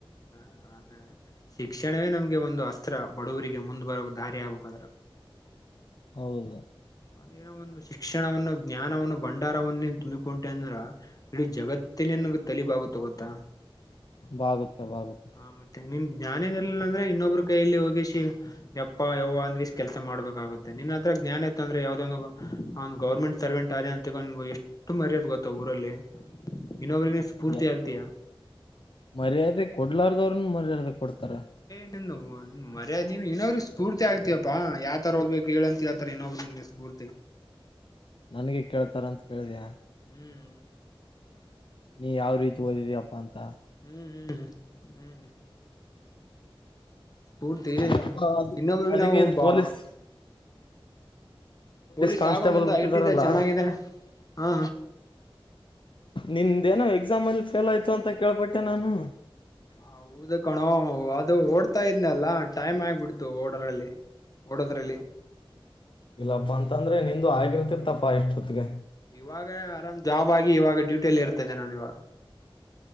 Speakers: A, on the left (about 40°); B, on the left (about 60°).
A: ಹ ಆದರೆ ಶಿಕ್ಷಣವೇ ನಮ್ಗೆ ಒಂದು ಅಸ್ತ್ರ ಬಡವರಿಗೆ ಮುಂದ ಬರೋ ದಾರಿ ಆಗ್ಬೇಕಂದ್ರೆ
B: ಹೌದು
A: ಒಂದೇನೋ ಒಂದು ಶಿಕ್ಷಣವನ್ನು ಜ್ಞಾನವನ್ನು ಭಂಡಾರವನ್ನೇನ್ ತುಂಬಿಕೊಂಟೆ ಅಂದ್ರೆ ಇಡೀ ಜಗತ್ತೆ ನಿನ್ನಗೆ ತಲಿಬಾಗುತೆ ಗೊತ್ತ
B: ಬಾಗುತ್ತೆ, ಬಾಗುತ್ತೆ.
A: ಹ ಮತ್ತೆ ನಿಮ್ಮ ಜ್ಞಾನ ಬರರ್ಲಿಲ್ಲ ಅಂದ್ರೆ ಇನ್ನೊ ಕೈಯಲ್ಲಿ ಹೋಗಿಸಿ ಬ ಹೋ ಅನ್ನ ಇಷ್ಟ ಕೆಲ್ಸ ಮಾಡಬೇಕಾಗುತ್ತೆ ನಿನ್ ಹತ್ರ ಜ್ಞಾನ ಇಂದ್ರೆ ಯಾವದೋ ಒ ಒ ಗೌರ್ಮೆಂಟ್ ಸರ್ವೆಂಟ್ ಆದ ಅಂತಗೊಂಡ ಎಷ್ಟು ಮರ್ಯಾದೆ ಗೊತ್ತ ಊರಲ್ಲಿ ಇನ್ನೊಬ್ರಿಗೆ ಸ್ಫೂರ್ತಿ
B: ಯ
A: ಆಗ್ತೀಯಾ
B: ಮರ್ಯಾದೆ ಕೊಡ್ಲಾರ್ದ ಮರ್ಯಾದೆ ಕೊಡ್ತಾರೆ
A: ನಿ ಒಂದ್ ಮರ್ಯಾದೆ ನೀ ಇನ್ನ್ರ ಸ್ಫೂರ್ತಿ ಆಗ್ತಯಪ್ಪಾ ಯಾವತರ ಹೋ ಕೇಳಂತಿರತಾರೆ ಏನು ಮೂರ್ತಿ
B: ನನ್ಗೆ ಕೇಳ್ತಾರ ಅಂತ ಕೇಳಿದಯ
A: ಹ್ಮ್
B: ನೀ ಯಾವ್ ರೀತಿ ಓದಿದೀಪ್ಪಾ ಅಂತ
A: ಹ್ಮ್ ಹ್ಮ್ ಹ್ಮ್ ಹ್ಮ್ ಹ್ಮ್ ಸ್ಫೂರ್ತಿ
B: ಅದೆಪ್ಪ ಅದು
A: ಇನ್ನೊಬ್ರಿಗೆ
B: ಅದಕ್ಕೆ
A: ನಾವು
B: ಇದು
A: ಬಾ
B: ಪೊಲೀಸ್
A: ಪೊಲೀಸ್
B: ಕಾನ್ಸ್ಟೇಬಲ್
A: ಆಗೋ ನಿಂದು
B: ಬಿಟ್ಟಿದಾರಲ್ಲ,
A: ಐಟ ಚೆನ್ನಾಗಾಗಿದೆೇ ಹಾ
B: ನಿಂದೇನೋ ಎಕ್ಸಾಮ್ ಅಲ್ಲಿ ಫೇಲ್ ಆಯ್ತು ಅಂತ ಕೇಳ್ಪಟ್ಟೆ ನಾನು
A: ಹೌದು ಕಣೋ ಅದು ಓಡ್ತಾ ಇದ್ನಲ್ಲಾ ಟೈಮ್ ಆಗ್ಬಿಡ್ತು ಓಡ್ರಲ್ಲಿ ಓಡೋದ್ರಲ್ಲಿ
B: ಇಲ್ಲಪ್ಪಾ ಅಂತಂದ್ರೆ ನಿಂದು ಆಗಿರ್ತಿತ್ತಪ್ಪಾ ಎಷ್ಟೊತ್ತಿಗೆ
A: ಇವಾಗ ಆರಾಮ್ ಜಾಬ್ ಆಗಿ ಇವಾಗ ಡ್ಯೂಟಿ ಇಲ್ಲಿ ಇರ್ತೇದೆ ನಾನ ಇವಾಗ